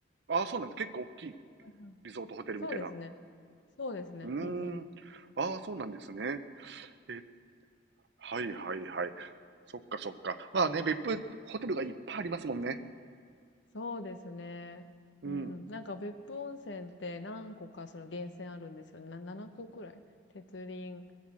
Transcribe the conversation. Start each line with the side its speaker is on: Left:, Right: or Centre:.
Right: ああ、そうなんです。結構大きい
Left: うんうん
Right: リゾートホテルみたいな。
Left: そうですね。そうですね。
Right: うーん。
Left: うんうん。
Right: ああ、そうなんですね。え、はいはいはい。そっかそっか。まあね、別府ホテルがいっぱいありますもんね。
Left: そうですね。
Right: うん。
Left: うん。なんか別府温泉って何個かその源泉あるんですよね。な、7個くらい。鉄輪、